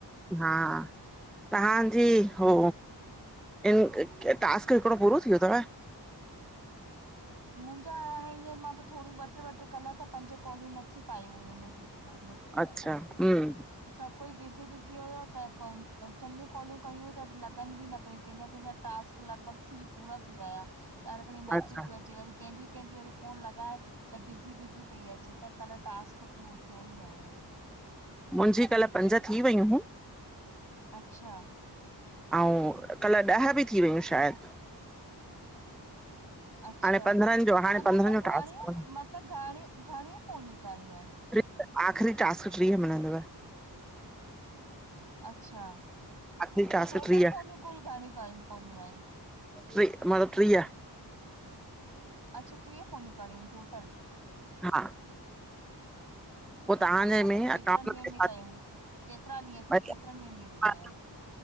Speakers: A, in the centre; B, on the right (about 55°).
A: हा, तव्हांजी हो इन टास्क हिकिड़ो पूरो थी वियो अथव?
B: हा मुंहिंजा हाणे हअं मां त थोरी ॿ टे ॿ टे कल्ह त पंज कौलियूं नथी पायूं हुयूं मुंहिंजूं पूरियूं
A: अचछा हम
B: सभु कोई बिज़ी बिज़ी हुयो त चङियूं कॉलियूं कयूं त लॻनि बि न पियूं कंहिंजा कंहिंजा टास्क लॻभॻि थी पूरा थी विया त हर घड़ी मैसेज
A: अच्छा
B: पियो अचे वरी कंहिंजी कंहिंजी वरी फोन लॻाए त बिज़ी बिज़ी पई अचे त कल्ह टास्क पूरो थियो ई न हुयो।
A: मुंहिंजी कल्ह पंज थी वयूं हूँ
B: अच्छा
A: ऐं कल्ह ॾह बि थी वयूं शायदि
B: अच्छा
A: हाणे पंद्रहनि जो हाणे
B: त
A: पंद्रहनि
B: मतलबु
A: जो
B: घणियूं
A: टास्क
B: मतलबु घणिय घणियूं फ़ोनियूं करणियूं आहिनि?
A: टीह आख़िरी टास्क टीह मिलंदव।
B: अच्छा
A: आख़िरी टास्क
B: ऐं टोटल
A: टीह
B: फोनियूं कुल घणियूं करिणयूं पवदियूं आहिनि?
A: टी मतिलबु टीह
B: अच्छा टीह फोनियूं करणी आहिनि टोटल।
A: हा पोइ तव्हांजे
B: अच्छा
A: में
B: भई केतिरनि
A: अकाउंट
B: ॾींहंनि में कयूं केतिरा ॾींहं
A: में
B: केतिरनि ॾींहंनि में बि
A: आ
B: कयूं